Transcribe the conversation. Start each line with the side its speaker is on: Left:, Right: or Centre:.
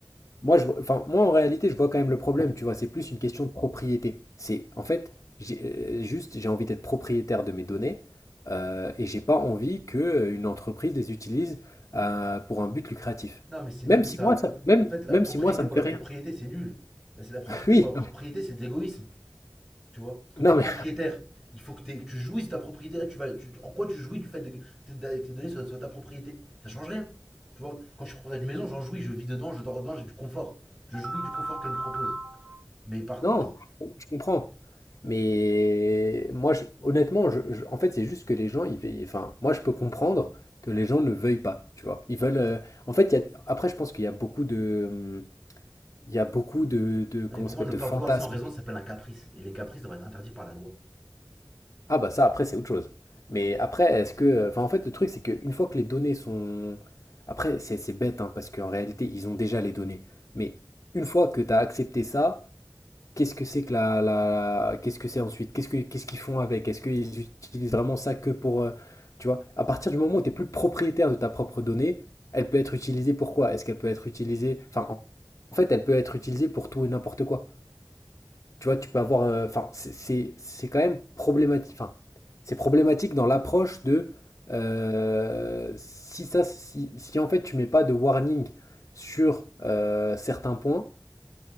Left: Moi, je vois- enfin, moi, en réalité, je vois quand même le problème, tu vois, c'est plus une question de propriété. C'est, en fait, j'ai, euh, juste, j'ai envie d'être propriétaire de mes données euh, et j'ai pas envie que euh, une entreprise les utilise euh, pour un but lucratif.
Centre: Non, mais c'est
Left: Même
Centre: nul
Left: si
Centre: ça.
Left: moi, ça, même,
Centre: En fait, la
Left: même
Centre: propriété
Left: si moi, ça me
Centre: pour
Left: fait
Centre: la
Left: rien.
Centre: propriété, c'est nul. Là, c'est la propriété
Left: <laughs> Oui,
Centre: pour la propriété, c'est de l'égoïsme. Tu vois, quand
Left: non,
Centre: t'es propriétaire,
Left: mais
Centre: il faut que, t'aies- que tu jouisses de ta propriété. Là, tu vas, tu- en quoi tu jouis du fait de, de- de- que tes données soient, soient ta propriété Ça change rien. Tu vois, quand je suis propriétaire d'une maison, j'en jouis, je vis dedans, je dors dedans, j'ai du confort. Je jouis du confort qu'elle me propose. Mais par contre,
Left: non, je comprends. Mais moi, je- honnêtement, je- je- en fait, c'est juste que les gens, ils, ils- enfin, moi, je peux comprendre que les gens ne veuillent pas, tu vois. Ils veulent, euh, en fait, il y a- après, je pense qu'il y a beaucoup de, hum, Il y a beaucoup de, de comment
Centre: non, mais pour
Left: ça s'appelle,
Centre: moi, ne
Left: de
Centre: pas
Left: fantasmes.
Centre: vouloir sans raison, ça s'appelle un caprice. Et les caprices doivent être interdits par la loi.
Left: Ah bah ça, après, c'est autre chose. Mais après, est-ce que... Enfin, en fait, le truc, c'est qu'une fois que les données sont... Après, c'est c'est bête, hein, parce qu'en réalité, ils ont déjà les données. Mais une fois que tu as accepté ça, qu'est-ce que c'est que la... la- Qu'est-ce que c'est ensuite? Qu'est-ce que, qu'est-ce qu'ils font avec? Est-ce qu'ils utilisent vraiment ça que pour... euh, Tu vois, à partir du moment où tu n'es plus propriétaire de ta propre donnée, elle peut être utilisée pour quoi? Est-ce qu'elle peut être utilisée... Enfin, en en fait, elle peut être utilisée pour tout et n'importe quoi. Tu vois, tu peux avoir. euh, Enfin, c'est c'est- c'est quand même problématique. Enfin, c'est problématique dans l'approche de euh, si ça, si, si en fait tu mets pas de warning sur euh, certains points,